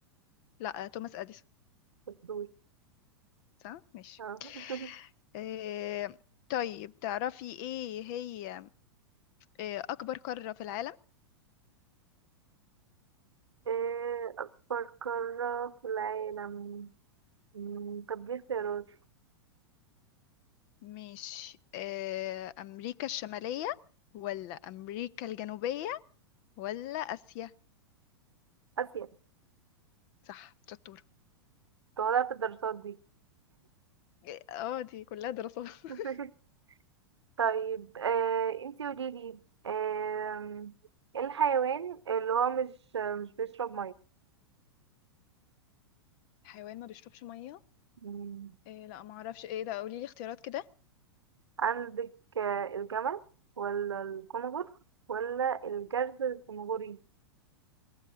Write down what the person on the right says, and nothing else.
الدول
آه. <laughs>
آه، اكبر قارة في العالم مم، طب دي اختيارات
اسيا
طالعة في الدراسات دي
<laughs> طيب آه، انتي قوليلي آم، ايه الحيوان اللي هو مش مش بيشرب
ميه
عندك آه، الجمل ولا الكنغر ولا الجرز الكنغري